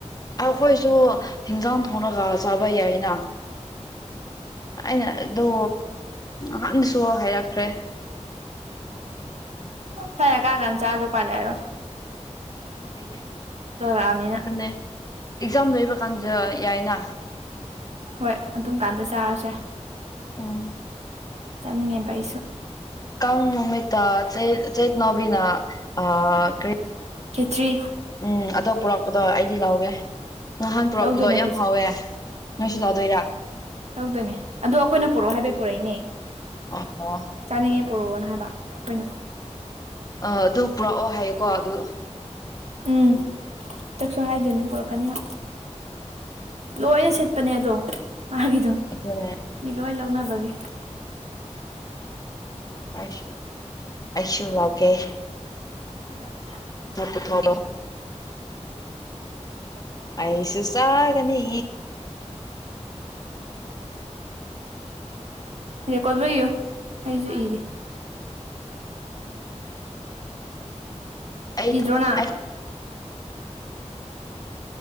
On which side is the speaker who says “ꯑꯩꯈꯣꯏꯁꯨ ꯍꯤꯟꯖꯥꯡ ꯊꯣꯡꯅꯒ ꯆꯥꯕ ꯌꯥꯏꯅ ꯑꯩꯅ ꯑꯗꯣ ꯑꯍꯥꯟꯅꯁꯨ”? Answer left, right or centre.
Left